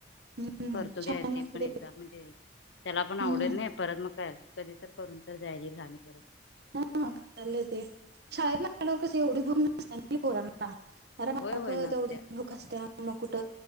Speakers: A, on the right; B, on the left.
A: हम्म
B: करतो घ्या
A: छान लागतं
B: ते पण एकदा म्हणजे त्याला पण आवडेल
A: हम्म
B: नाही परत मग काय कधी तर करून तर जा येईल आणि परत
A: हा <inaudible> काय चालंय ते शाळेत आल्यावर कस एवढी भुक नसती पोरांना अरे बारकु
B: होय होय नसते
A: तेवढीच भूक असते मग कुठं